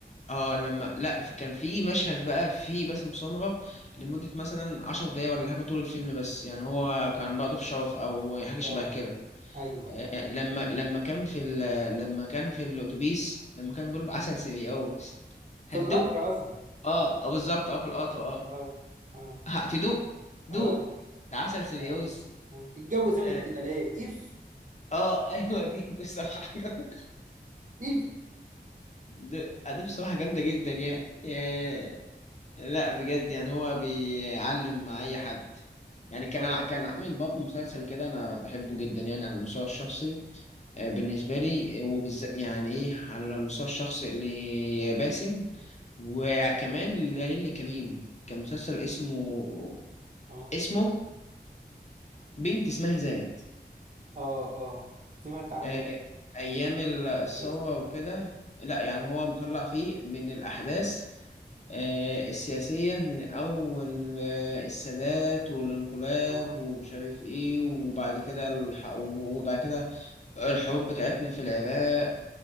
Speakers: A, on the left; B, on the right.
A: اه لما لا في- كان في مشهد بقى في باسم سمرة لمده مثلا عشر دقايق ولا حاجه طول الفيلم بس يعني هو كان بقى ضيف شرف او حاجه شبه
B: اه
A: كده
B: ايوه ايوه
A: آه، لما لما كان في ال... لما كان في الاتوبيس لما كان بيقول له عسل سيريوس
B: في
A: هتدوق
B: القطر قصدك
A: اه آه، بالظبط اه في القطر اه
B: اه اه
A: هتدوق دوق
B: اه
A: ده عسل سيريوس
B: اه آه. الجو زمن
A: اه
B: كده ليه اف
A: آه، <laughs> ايوه دي بصراحه جامده
B: اف
A: ده- آه، دي بصراحه جامده جدا يعني آه، لا بجد يعني هو بيعلم مع اي حد يعني كان
B: اه
A: ع- كان عامل برضه مسلسل كده انا بحبه جدا يعني على المستوى الشخصي آه، بالنسبه لي آه، وبالذات يعني ايه على المستوى الشخصي اللي باسم وكمان لليلي كريم كان مسلسل اسمه
B: اه
A: اسمه بنت اسمها ذات
B: اه اه سمعت عنه
A: آه، ايام ال- الثوره
B: المسلسل
A: وكده لا يعني هو مطلع فيه من الاحداث آه، السياسيه من اول آه، السادات والانقلاب
B: اه
A: ومش عارف ايه وبعد كده الح... وبعد كده الحروب بتاعتنا في العراق